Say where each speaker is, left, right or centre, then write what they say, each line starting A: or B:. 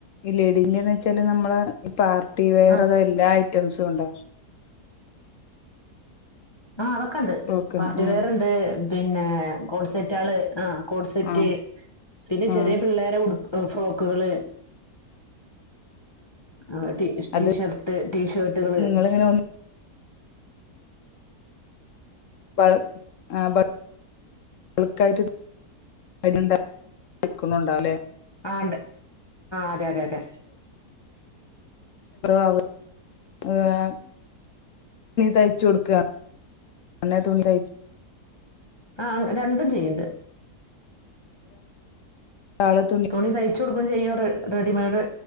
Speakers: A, on the left (about 60°); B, on the left (about 40°).
A: ഈ ലഡിന്റെന്ന് വെച്ചാല് നമ്മള ഇപ്പ വെയർ
B: ആ
A: അതോ എല്ലാ ഐറ്റംസും ഉണ്ട
B: ആ അതൊക്കെ ഉണ്ട്
A: ഫ്രോക്ക്
B: പാർട്ടി
A: ആ
B: വെയർ ഉണ്ട് പിന്നെ കോൾസെറ്റ ആള് ആഹ്. കോട്സെറ്റ്
A: ആ
B: പിന്നെ
A: ആ
B: ചെറിയ പിള്ളേരെ ഉടു ഫ്രോക്കുകള്. ആ ട്ടിഷർട്ട
A: അത്
B: ് ടീഷർട്ടുകള്
A: നിങ്ങളിങ്ങനെ ഒന്ന് ആഹ് ബൾക്കായിട്ട്ുന്നുണ്ടേ
B: ആ അതെതെതെ
A: ആഏ <inaudible> തുണി തയ്ച്ചു കൊടുക്ക എന്നെ തുണി തയ്ച്ച
B: ആ രണ്ടും ചെയ്യണ്ട്.
A: ഒരാള് തുന്നി
B: തുണി തയ്ച്ച കൊടുക്കും ചെയ്യ റെഡിമെയഡ്